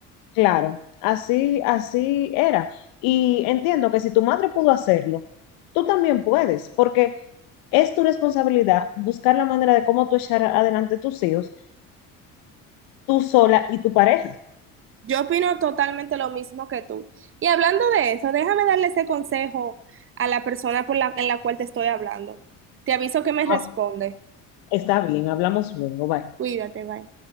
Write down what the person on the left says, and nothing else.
Claro, así, así era. Y entiendo que si tu madre pudo hacerlo, tú también puedes, porque es tu responsabilidad buscar la manera de cómo tú echar adelante tus hijos, tú sola y tu pareja.
Ah,
está bien, hablamos luego, bye.